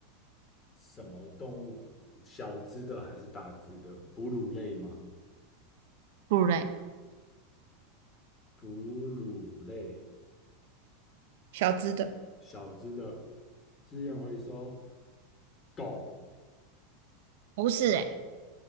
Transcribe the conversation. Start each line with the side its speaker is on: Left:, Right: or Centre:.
Left: 什么动物？小只的还是大只的？哺乳类吗？
Right: 不乳类
Left: 哺乳类，
Right: 小只的，
Left: 小只的，资源回收，狗、
Right: 不是诶，